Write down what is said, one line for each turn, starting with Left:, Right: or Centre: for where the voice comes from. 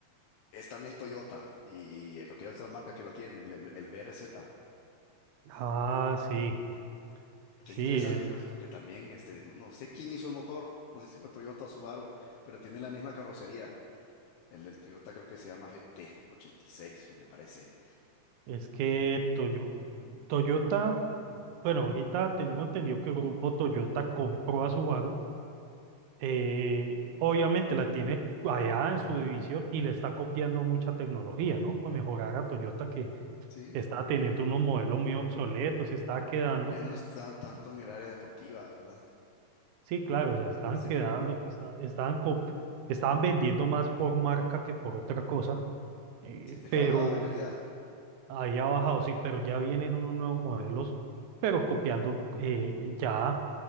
Left: es también Toyota y cualquier otra marca que lo tiene, el, el- el BRZ,
Right: Ah, sí,
Left: que
Right: sí,
Left: es interesante,
Right: es,
Left: pues, porque también, este, no, no sé quién hizo el motor, no sé si fue Toyota o Subaru, pero tiene la misma carrocería. El del Toyota creo que se llama GT86, me parece.
Right: es que Toyo- Toyota, bueno, ahorita tengo entendido que el grupo Toyota compró a Subaru eh, obviamente la tiene allá en su división y le está copiando mucha tecnología, ¿no? Para mejorar a Toyota que
Left: Sí.
Right: está teniendo unos modelos muy obsoletos, se está quedando,
Left: Ya no están tanto en el área deportiva, ¿verdad?
Right: sí, claro, se
Left: Y
Right: están
Left: lo- siempre
Right: quedando,
Left: lo,
Right: está- estaban, co- estaban vendiendo más por marca que por otra cosa, eh,
Left: si te es
Right: pero
Left: que ha bajado la calidad.
Right: Ahí ha bajado, sí, pero ya vienen unos nuevos modelos, pero copiando eh, ya